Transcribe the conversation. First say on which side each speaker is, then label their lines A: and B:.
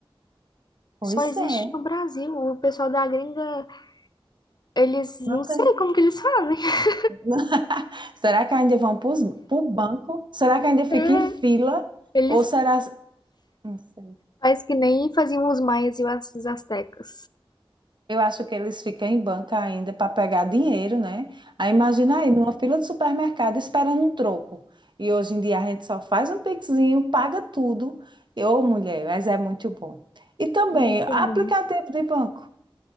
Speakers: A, on the right; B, on the left.
A: Pois
B: Só existe
A: é.
B: no Brasil. O pessoal da gringa, eles não
A: Não
B: sei
A: tem.
B: como que eles fazem. <laughs>
A: <laughs> Será que ainda vão para o banco? Será que ainda fica
B: É,
A: em fila?
B: eles
A: Ou será. Não sei.
B: faz que nem faziam os maias e os astecas.
A: Eu acho que eles ficam em banca ainda para pegar dinheiro, né? Aí imagina aí, numa fila de supermercado esperando um troco. E hoje em dia a gente só faz um pixinho, paga tudo. Ô, mulher, mas é muito bom. E também
B: É muito
A: aplicativo
B: bom.
A: de banco.